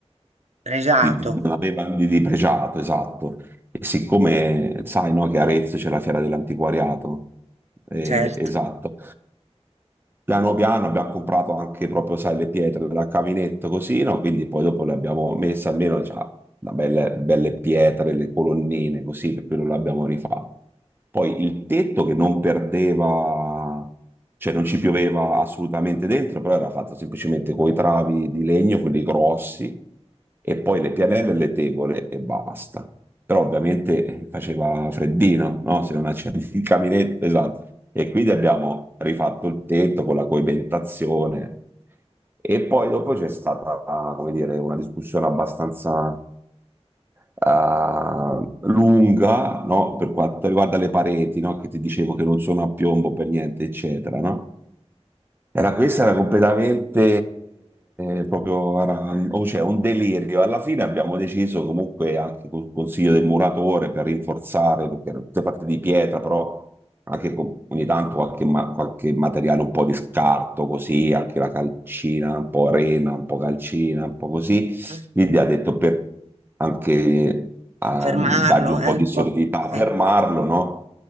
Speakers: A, on the right; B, on the right.
A: Pregiato,
B: di- di- non aveva di, di pregiato, esatto. E siccome sai, no, che a Arezzo c'è la Fiera dell'Antiquariato, eh,
A: certo.
B: esatto. Piano piano abbiamo comprato anche proprio, sai, le pietre da caminetto così, no? Quindi poi dopo le abbiamo messe almeno, cioè, da belle, belle pietre, le colonnine così, per quello l'abbiamo rifatto. Poi il tetto che non perdeva, cioè non ci pioveva assolutamente dentro, però era fatto semplicemente con i travi di legno, quelli grossi, e poi le pianelle e le tegole e basta. Però ovviamente eh, faceva freddino, no? Se non accendi il caminetto, esatto. E quindi abbiamo rifatto il tetto con la coibentazione. E poi dopo c'è stata, come dire, una discussione abbastanza eh, lunga, no? Per quanto riguarda le pareti, no? Che ti dicevo che non sono a piombo per niente, eccetera, no? Era, questa era completamente eh, proprio, era- o cioè, un delirio. Alla fine abbiamo deciso comunque anche col consiglio del muratore per rinforzare, perché erano tutte fatte di pietra, però anche con, ogni tanto qualche, ma- qualche materiale un po' di scarto, così, anche la calcina, un po' arena, un po' calcina, un po' così.
A: Mm.
B: Quindi ha detto per anche ehm,
A: Fermarlo
B: dargli un
A: è
B: po'
A: un
B: di solidità,
A: po'. Eh,
B: fermarlo, no?